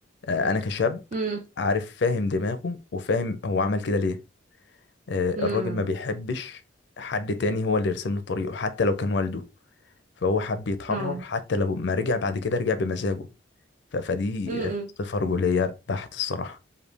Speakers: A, on the left; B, on the right.
A: آه، انا كشاب
B: امم
A: عارف فاهم دماغه وفاهم هو عمل كده ليه آه،
B: امم
A: الراجل ما بيحبش حد تاني هو اللي يرسم له طريقه حتى لو كان والده فهو حب يتحرر
B: اه
A: حتى لو ما رجع بعد كده رجع بمزاجه ف- فدي
B: امم
A: آه،
B: امم.
A: صفة رجولية بحت الصراحة